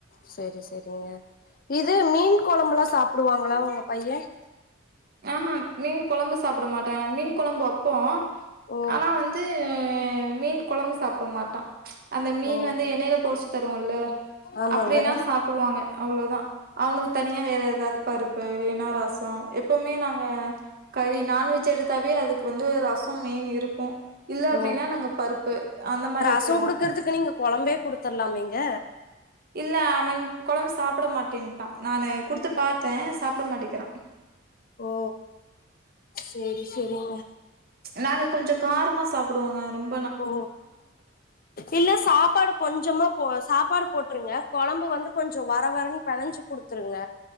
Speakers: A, on the left; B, on the right.
A: சரி சரிங்க இது மீன் கொழம்பெல்லா சாப்டுவாங்ளா உங்க பையன்
B: அஹா மீன் கொழம்பு சாப்ட மாட்டா மீன் கொழம்பு வெப்போ
A: ஓ
B: ஆனா வந்த மீன் கொழம்ப சாப்ட மாட்டான் அந்த மீன்
A: ஓ
B: வந்து எண்ணேல பொறிச்சு தருவோல்ல
A: ஆமாங்க
B: அப்டினா சா டுவாங்க அவ்ளோதா அவுங்ளுக்கு தனியா வேற எதாது பருப்பு இல்லனா ரசோ எப்போமே நாங்க கறி நான்வெஜ் எடுத்தாவே அதுக்கு வந்து ரசோம் மெயின் இருக்கு இல்ல
A: ஓ
B: அப்டினா நாங்க பருப்பு அந்த மாரி
A: ரசோ
B: வெச்சிருவோ
A: குடுக்கறதுக்கு நீங்க கொழம்பே குடுத்தர்லாமேங்க
B: இல்ல அவன் கொழம் சாப்ட மாட்டேன்ட்டா நானு குடுத்து பாத்த சாப்ட மாட்டிக்கிறா
A: ஓ சேரி சேரிங்க
B: நாங்க கொஞ்சோ காரமா சாப்டுவோங்க ரொம்
A: ஓ இல்ல சாப்பாடு கொஞ்சமா போ சாப்பாடு போட்ருங்க கொழம்பு வந்து கொஞ்சொ வர வரன் பெனஞ்சு குடுத்துருங்க